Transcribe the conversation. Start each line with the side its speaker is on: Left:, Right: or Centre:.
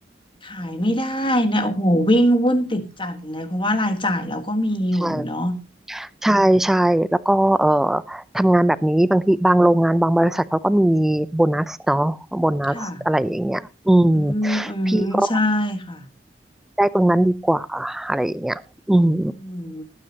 Left: ขายไม่ได้เนี่ยโอ้โหวิ่งวุ่นติดจัดเลยเพราะว่ารายจ่ายเราก็มีอยู่เนาะ
Centre: ใช่ใช่ใช่แล้วก็เอ่อ
Left: อืม
Centre: ทำงานแบบนี้บางทีบางโรงงานบางบริษัทเขาก็มีโบนัสเนาะโบนัสอะไรอย่างเงี้ยอืม
Left: ค่ะอืมอืมใช่ค่ะ
Centre: พี่ก็ได้ตรงนั้นดีกว่าอะไรอย่างเงี้ยอืม
Left: อืม